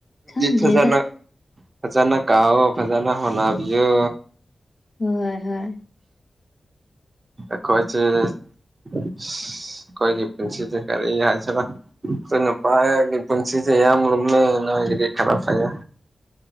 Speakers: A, on the left (about 45°); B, on the right (about 50°).
A: ꯈꯪꯗ꯭ꯔꯦꯗ
B: ꯐꯖꯅ ꯐꯖꯅ ꯀꯥꯎꯑꯣ ꯐꯖꯅ ꯍꯣꯠꯅꯕꯤꯌꯣ
A: ꯍꯣꯏ ꯍꯣꯏ
B: ꯑꯩꯈꯣꯏꯁꯦ ꯑꯩꯈꯣꯏꯒꯤ ꯄꯨꯟꯁꯤꯁꯦ ꯀꯔꯤ ꯍꯥꯏꯁꯤꯔ ꯑꯩꯈꯣꯏ ꯅꯨꯄꯥꯒꯤ ꯄꯨꯟꯁꯤꯁꯦ ꯌꯥꯝ ꯂꯨꯝꯃꯦ ꯅꯣꯢꯒꯤꯗꯤ ꯈꯥꯔ ꯐꯩꯌꯦ